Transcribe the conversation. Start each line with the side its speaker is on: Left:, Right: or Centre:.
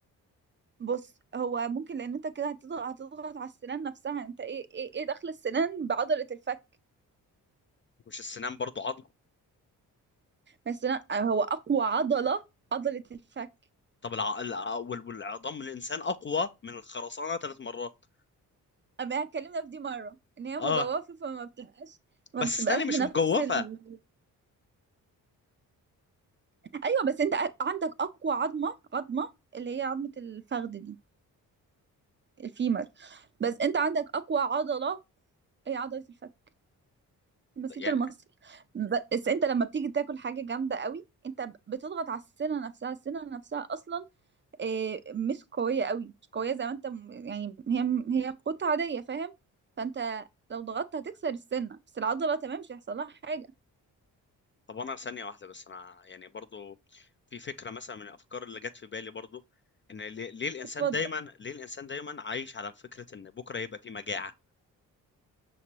Right: بص هو ممكن لان انت كده هتضغط هتضغط على السنان نفسها انت ايه ايه ايه دخل السنان بعضلة الفك
Left: مش السنان برضو عظم
Right: ما السنان آه، هو اقوى عضلة عضلة الفك
Left: طب الع... الع... وال- والعظام الانسان اقوى من الخرسانه ثلاث مرات
Right: اما اتكلمنا في دي مرة ان هي مجوفة
Left: اه
Right: فما بتبقاش ما
Left: بس
Right: بتبقاش
Left: اسناني مش
Right: بنفس
Left: مجوفه
Right: ال... ايوه بس انت عندك اقوى عظمة عظمة اللي هي عظمة الفخذ دي الفيمر بس انت عندك اقوى عضله هي عضله الفك البسيط
Left: يعني
Right: المصري بس انت لما بتيجي تاكل حاجه جامده قوي انت ب- بتضغط على السنه نفسها السنه نفسها اصلا آه، مش قويه قوي مش قويه زي ما انت م- يعني هي هي قطعه عاديه فاهم فانت لو ضغطت هتكسر السنه بس العضله تمام مش هيحصل لها حاجه
Left: طب انا ثانيه واحده بس انا يعني برضو في فكره مثلا من الافكار اللي جت في بالي برضو ان ليه ليه الانسان
Right: اتفضل
Left: دايما ليه الانسان دايما عايش على فكره ان بكره يبقى في مجاعه